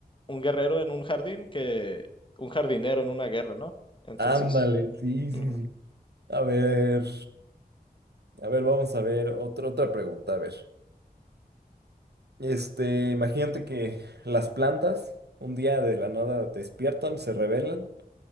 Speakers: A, on the left (about 30°); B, on the right (about 85°).
A: un guerrero en un jardín que un jardinero en una guerra, ¿no? Entonces,
B: Ándale, sí,
A: ujú.
B: sí, sí. A ver. A ver, vamos a ver otra, otra pregunta. A ver, este, imagínate que las plantas un día de la nada despiertan, se rebelan